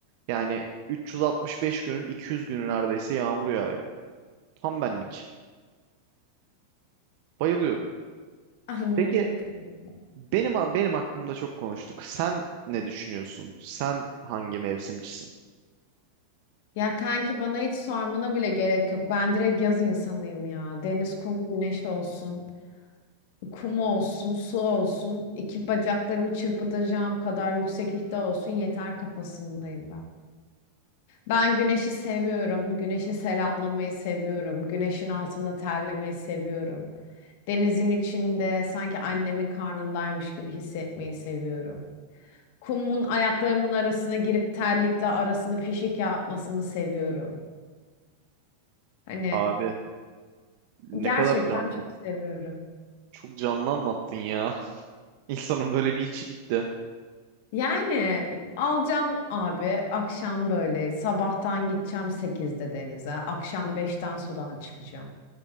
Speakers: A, on the right (about 60°); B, on the left (about 60°).
A: Yani 365 günün 200 günü neredeyse yağmur yağıyor. Tam benlik. Bayılıyorum.
B: Anladım
A: Peki
B: kanki.
A: benim benim hakkımda çok konuştuk. Sen ne düşünüyorsun? Sen hangi mevsimcisin?
B: Ya kanki bana hiç sormana bile gerek yok. Ben direkt yaz insanıyım ya. Deniz, kum, güneş olsun. Kum olsun, su olsun. İki bacaklarımı çırpıtacağım kadar yükseklikte olsun yeter kafasındayım ben. Ben güneşi seviyorum. Güneşi selamlamayı seviyorum. Güneşin altında terlemeyi seviyorum. Denizin içinde sanki annemin karnındaymış gibi hissetmeyi seviyorum. Kumun ayaklarımın arasına girip terlikle arasını pişik yapmasını seviyorum. Hani
A: Abi ne
B: Gerçekten
A: kadar canlı.
B: çok seviyorum.
A: Çok canlı anlattın ya. <laughs> İnsanın böyle bir içi gitti.
B: Yani alacağım abi akşam böyle sabahtan gideceğim sekizde denize. Akşam beşten sudan çıkacağım.